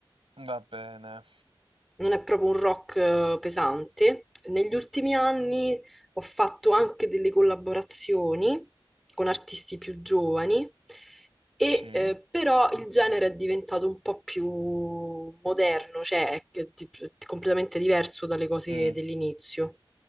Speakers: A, on the right; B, in the centre.
A: va bene.
B: non è proprio un rock eh, pesante. Negli ultimi anni ho fatto anche delle collaborazioni con artisti più giovani, e,
A: Sì,
B: eh, però il genere è diventato un po' più moderno, cioè è che- di- completamente diverso dalle cose
A: sì.
B: dell'inizio.